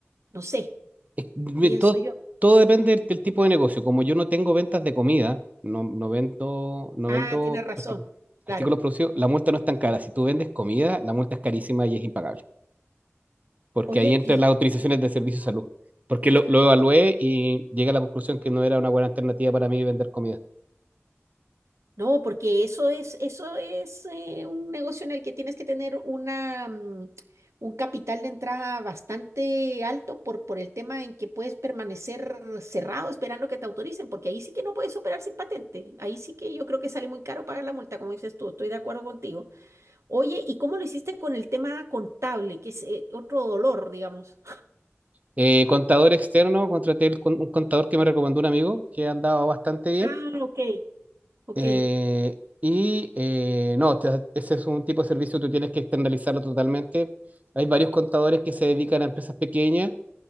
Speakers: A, on the right; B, on the right.
A: No sé,
B: Es- me-
A: pienso
B: todo,
A: yo.
B: todo depende del, del tipo de negocio. Como yo no tengo ventas de comida, no, no vendo, no
A: Ah,
B: vendo
A: tienes razón,
B: artículos, artículos
A: claro.
B: producidos, la multa no es tan cara. Si tú vendes comida, la multa es carísima y es impagable. porque
A: Oye,
B: ahí entran
A: ¿y
B: las autorizaciones de servicio de salud. Porque lo, lo evalué y llegué a la conclusión que no era una buena alternativa para mí vender comida.
A: No, porque eso es, eso es eh, un negocio en el que tienes que tener una, mm, un capital de entrada bastante alto por, por el tema en que puedes permanecer cerrado esperando que te autoricen, porque ahí sí que no puedes operar sin patente. Ahí sí que yo creo que sale muy caro pagar la multa, como dices tú, estoy de acuerdo contigo. Oye, ¿y cómo lo hiciste con el tema contable, que es eh, otro dolor, digamos?
B: Eh, contador externo, contraté el con- un contador que me recomendó un amigo, que ha andado bastante bien.
A: Ah, ok, ok,
B: Eh, y eh, no, te- ese es un tipo de servicio que tú tienes que externalizarlo totalmente. Hay varios contadores que se dedican a empresas pequeñas